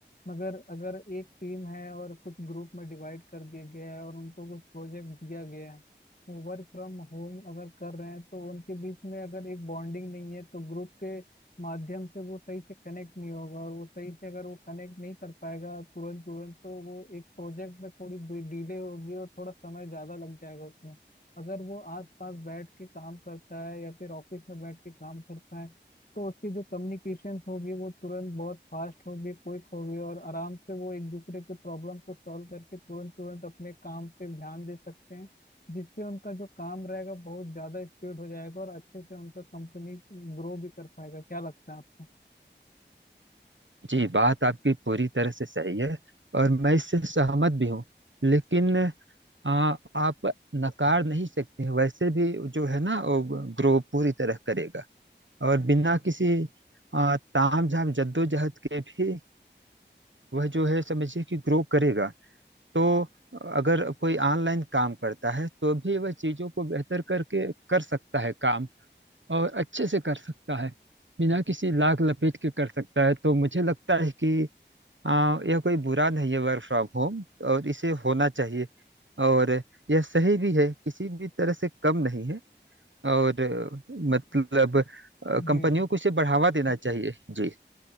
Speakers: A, on the left (about 50°); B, on the right (about 85°).
A: मगर अगर एक टीम है और कुछ ग्रुप में डिवाइड कर दिया गया है और उनको कुछ प्रोजेक्ट दिया गया है वो वर्क फ्रॉम होम अगर कर रहे हैं तो उनके बीच में अगर एक बॉन्डिंग नहीं है तो ग्रुप के माध्यम से वो सही से कनेक्ट नहीं होगा और वो सही से अगर वो कनेक्ट नहीं कर पाएगा तुरंत तुरंत तो वो एक प्रोजेक्ट में थोड़ी डिले होगी और थोड़ा समय ज़्यादा लग जाएगा उसमें अगर वो आस पास बैठ के काम करता है या फिर ऑफिस में बैठ के काम करता है तो उसकी जो कम्युनिकेशन होगी वो तुरंत बहुत फास्ट होगी क्विक होगी और आराम से वो एक दूसरे के प्रॉब्लम को सॉल्व करके तुरंत तुरंत अपने काम पे ध्यान दे सकते हैं जिससे उनका जो काम रहेगा बहुत ज्यादा स्पीड हो जाएगा और अच्छे से उनका कंपनी ग्रो भी कर पाएगा क्या लगता है आपको
B: जी बात आपकी पूरी तरह से सही है और मैं इससे सहमत भी हूँ लेकिन आ, आप नकार नहीं सकते हैं वैसे भी जो है ना वो ग्रो पूरी तरह करेगा और बिना किसी आ, तामझाम जद्दोजहद के भी वह जो है समझिए कि ग्रो करेगा तो अगर कोई ऑनलाइन काम करता है तो भी वह चीजों को बेहतर करके कर सकता है काम और अच्छे से कर सकता है बिना किसी
A: जी
B: लाग लपेट के कर सकता है तो मुझे लगता है कि आ, यह कोई बुरा नहीं है वर्क फ्रॉम होम और इसे होना चाहिए और यह सही भी है किसी भी तरह से कम नहीं है और अ, मतलब अ,
A: जी
B: कंपनियों
A: जी,
B: को इसे बढ़ावा देना चाहिए जी